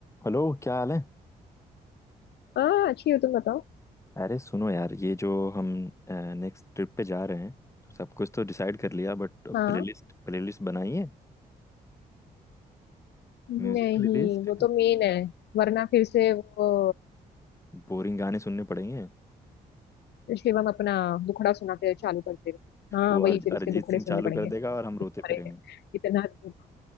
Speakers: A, on the left; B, on the left.
A: हेलो क्या हाल है
B: हाँ अच्छी हो तुम बताओ
A: अरे सुनो यार ये जो हम नेक्स्ट ट्रिप पे जा रहे हैं तो सब कुछ तो डिसाइड कर लिया बट
B: हाँ
A: प्लेलिस्ट प्लेलिस्ट बनाई है
B: नहीं
A: Music playlist
B: वो तो मेन है वरना फिर से वो
A: बोरिंग गाने सुनने पड़ेंगे
B: शिवम अपना दुखड़ा सुनाते चालू कर देगा हाँ
A: वो अर,
B: वही फिर
A: अरिजीत
B: उसके दुखड़े
A: सिंह
B: सुनने
A: चालू
B: पड़ेंगे
A: कर
B: दुख
A: देगा और हम रोते
B: भरे
A: फिरेंगे
B: हैं इतना दुख